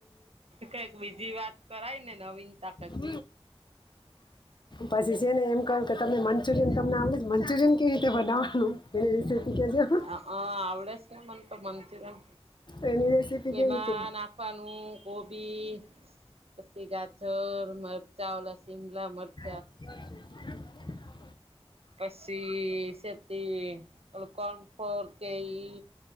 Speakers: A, on the right; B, on the left.
A: કઈક બીજી વાત કરાય ને નવીનતા કઈક
B: હમ પછી છે ને એમ કહ કે તમે મંચુરિયન તમને આવડે મંચુરિયન કેવી રીતે બનાવવાનું એની રેસીપી કહેજો
A: હ અ આવડેસ ને મને તો મંચુરિયન
B: એની રેસીપી
A: તેમાં
B: કેવીરીતે
A: નાખવાનું કોબી પછી ગાજર મરચા ઓલા શિમલા મરચા
B: <unintelligible>
A: પછી સે <unintelligible> કોનફોર કેઈ